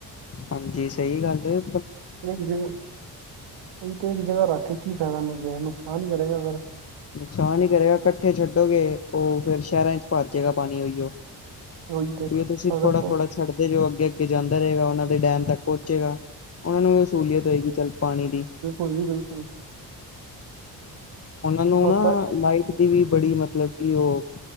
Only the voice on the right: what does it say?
ਇੱਕ ਜਗਾ ਹੁਣ ਤੇ ਇੱਕ ਜਗ੍ਹਾ ਰੱਖ ਕੇ ਕੀ ਫਾਇਦਾ ਮੇਰੇ ਨੁਕਸਾਨ ਹੀ ਕਰੇਗਾ ਕਰੇਗਾ ਫਿਰ
ਉਹੀ ਤੇ
ਅਗਰ
ਪ
ਹੋਲੀ ਬਿਲਕੁਲ।
ਬਸ